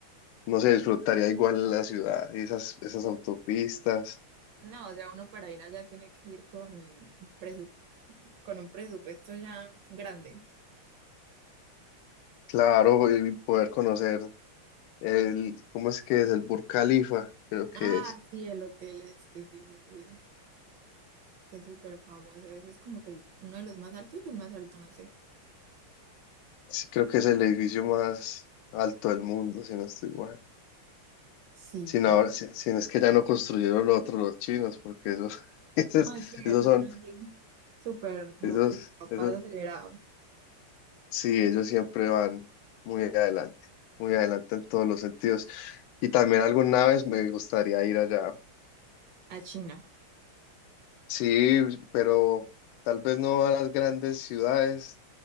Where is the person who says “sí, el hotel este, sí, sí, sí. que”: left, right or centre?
Right